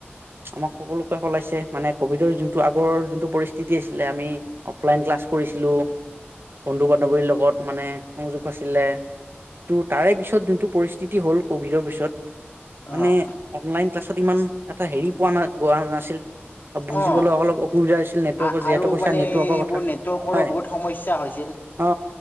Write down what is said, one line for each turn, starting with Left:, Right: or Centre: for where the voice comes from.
Right: আমাক সকলোকে সলাইছে মানে কভিডৰ যোনটো আগৰ যোনটো পৰিস্থিতি আছিলে আমি অফলাইন ক্লাছ কৰিছিলোঁ বন্ধো, বান্ধবীৰ লগত মানে কৈছিলে ত তাৰে পিছত যোনটো পৰিস্থিতি স্থিতি হ'ল ক'ভিডৰ পিছত মানে
Left: অ',
Right: অনলাইন ক্লাছত ইমান এটা হেৰি পোৱা না গোৱা নাছিল বুজিবলৈ
Left: অ',
Right: অলপ অসুবিধা হৈছিল নেটৱৰ্কৰ
Left: আ
Right: যিহেতু
Left: আৰু
Right: কৈছা
Left: মানে
Right: নেটৱৰ্কৰ
Left: এইবোৰ
Right: কথা
Left: নেটৱৰ্কৰো
Right: হয়
Left: বহুত সমস্যা হৈছিল।
Right: অ